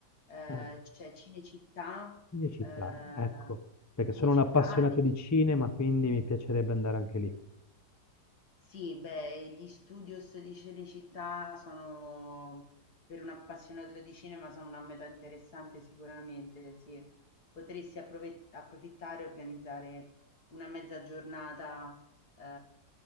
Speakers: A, on the left; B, on the left.
A: Ehm,
B: Eh,
A: c'è Cinecittà,
B: di città,
A: ehm,
B: ecco, perché sono
A: Cinecittà
B: un appassionato
A: e
B: di cinema, quindi mi piacerebbe andare anche lì.
A: sì, beh, gli studios di Cinecittà sono, per un appassionato di cinema, sono una meta interessante sicuramente, sì. Potresti approve- approfittare e organizzare una mezza giornata, eh,